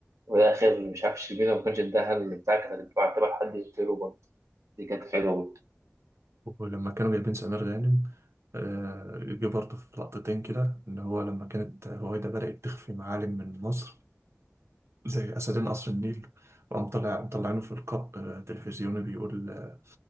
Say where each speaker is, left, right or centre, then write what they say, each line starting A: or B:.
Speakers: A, on the right; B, on the right.
A: وفي الآخر مش عارف الشربينة ما كانش اداها اللي بتاع كانت هتبقى هتبقى حد يقتله برضه دي كانت حلوة برضه
B: ولما كانوا جايبين سمير غانم آه، جه برضه في لقطتين كده إن هو لما كانت هويدا بدأت تخفي معالم من مصر زي أسدين قصر النيل وقام طلع مطلعينه في لقاء آه، تلفزيوني بيقول آه،